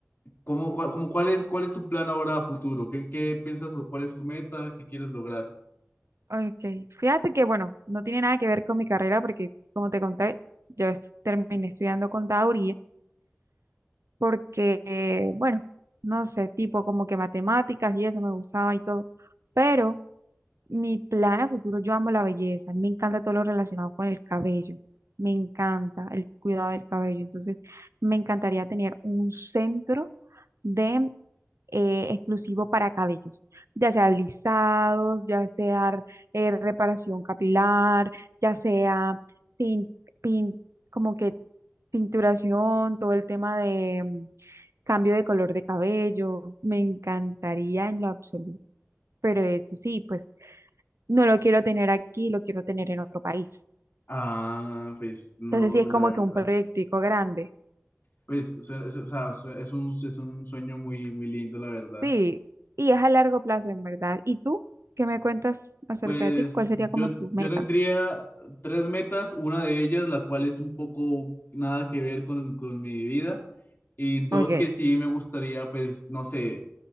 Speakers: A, on the left; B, on the right.
A: ¿cómo, cua- cómo cuál es, cuál es tu plan ahora a futuro? ¿Qué, qué piensas o cuál es tu meta? ¿Qué quieres lograr?
B: Ok, fíjate que bueno, no tiene nada que ver con mi carrera porque como te conté, yo es- terminé estudiando contaduría porque, eh, bueno, no sé, tipo como que matemáticas y eso me gustaba y todo, pero mi plan a futuro, yo amo la belleza, me encanta todo lo relacionado con el cabello, me encanta el cuidado del cabello, entonces me encantaría tener un centro de... eh, exclusivo para cabellos, ya sea lisados, ya sea eh, reparación capilar, ya sea tin- pin- como que tinturación, todo el tema de, cambio de color de cabello, me encantaría en lo absoluto, pero eso sí, pues no lo quiero tener aquí, lo quiero tener en otro país.
A: Ah, pues no,
B: Entonces sí es
A: la
B: como
A: verdad.
B: que un proyectico grande,
A: Pues sue- es, o sea, sue- es un, es un sueño muy, muy lindo, la verdad.
B: sí, y es a largo plazo en verdad. ¿Y tú qué me cuentas acerca
A: Pues
B: de ti? ¿Cuál sería como
A: yo,
B: tu
A: yo
B: meta?
A: tendría tres metas, una de ellas, la cual es un poco nada que ver con, con mi vida, y dos
B: Ok,
A: que sí me gustaría, pues, no sé,